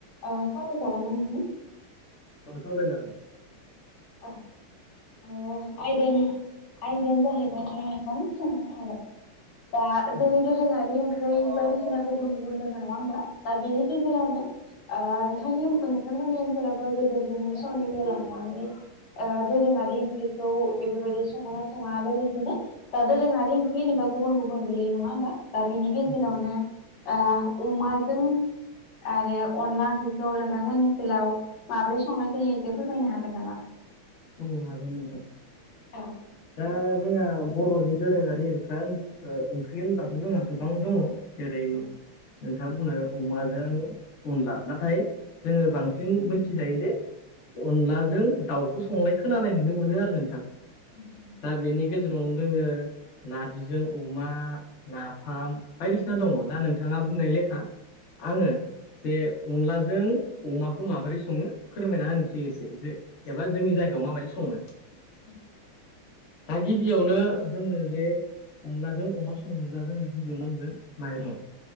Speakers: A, on the left; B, on the left.
A: आ सावराय जागोन ना नोंथां?
B: खौनो सावरायजागोन
A: औ अ आयदानो आयदायानो जाहैबाय <unintelligible> दा
B: औ
A: जोंनि दोरोङारि बै बायदिसिना गुबुन गुबुन दोङो नङा होमबा दा बेनि गेजेरावनो नोंथांनि नोंथांमोननि ओनसोलावबो गोदोनि समनिफ्राय लानानै दोरोङारि ओंख्रिखौ बेफोरबायदि सङोना सङा लोगोसेनो दा दोरोङारि ओंख्रि होनोबा गुबुन गुबुन गोलैयो नङा होमबा दा बिनि गेजेरावनो
B: औ औ
A: अमाजों आरो अनला ओंख्रिखौ नोंथांमोननि ओनसोलाव माबोरै संनाय जायो एसे फोरमायनो हागोन नामा?
B: औ हागोन नोंथां
A: औ
B: दा जोंहा बर'नि दोरोङारि ओंखाम ओंख्रि होनब्लाथ' जोंहा गोबां दङ जेरै
A: औ
B: नोंथाङा बुंनाय अमाजों अनला नाथाय जोङो बांसिन मिथिजायो दि अनलाजों दाउखौ संनाय खोनानाय नुनो मोनो आरो नोंथां।
A: <inaudible>
B: दा बेनि गेजेरावनो दोङो नारजिजों अमा नाफाम बायदिसिना दङ दा नोंथाङा बुंनाय लेखा आङो जे अनलाजों अमाखौ माबोरै सङो फोरमायना होनोसै एसे जे बा जोंनि जायगायाव माबायदि सङो
A: औ
B: दा गिबियावनो जोंनो जे अनलाजों अमा संनोब्ला जोंनो गिबियाव नांगोन माइरं